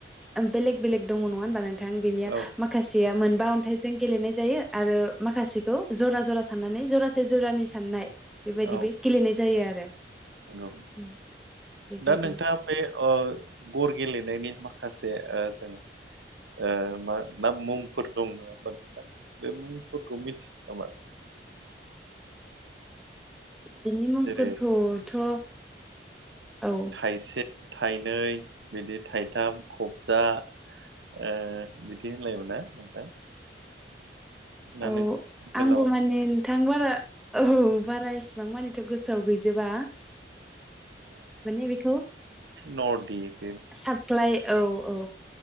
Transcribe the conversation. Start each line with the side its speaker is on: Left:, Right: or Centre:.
Centre: बेलेग बेलेग दङ नङा होनबा नोंथां बिनिया
Right: औ
Centre: माखासे माखासेया मोनबा अन्थाइजों गेलेनाय जायो आरो माखासेखौ जरा जरा साननानै जरासे जरानि साननाय बेबायदि
Right: औ
Centre: बे गेलेनाय जायो आरो।
Right: नंगौ
Centre: उम बेबायदि
Right: दा नोंथाङा। बे अ गर गेलेनायनि माखासे ओ जों ओ मा ना मुंफोर दं नङा होमबा नोंथां। बे मुंफोरखौ मिथियो नामा?
Centre: बिनि मुंफोरखौथ'
Right: जेरै
Centre: औ।
Right: थाइसे थाइनै बिदि थाइथाम खबजा बिदि होनलायोमोन ना नोंथां? ना
Centre: औ
Right: नों ओनसोलाव
Centre: आंबो माने नोंथां बारा औ बारा एसेबां माने गोसोआव गैजोबा माने बेखौ
Right: न' दिप
Centre: साप्लाय औ औ।